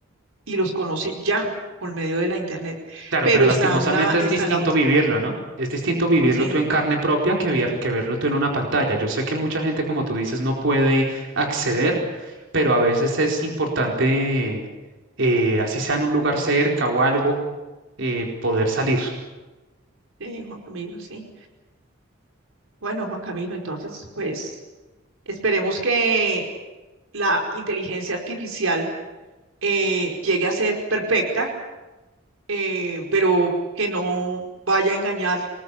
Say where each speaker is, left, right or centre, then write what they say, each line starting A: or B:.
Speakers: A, on the right (about 80°); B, on the right (about 60°).
A: y los conoce ya por medio de la internet.
B: Claro,
A: Pero
B: pero lastimosamente
A: está en la, está
B: es distinto
A: la,
B: vivirlo, ¿no? Es distinto vivirlo
A: sí,
B: tú en carne propia que, vier- que verlo tú en una pantalla. Yo sé que mucha gente, como tú dices, no puede acceder, pero a veces es importante, eh, así sea en un lugar cerca o algo, eh, poder salir.
A: sí, Juan Camilo, sí. Bueno, Juan Camilo, entonces, pues esperemos que la inteligencia artificial eh, llegue a ser perfecta, eh, pero que no vaya a engañar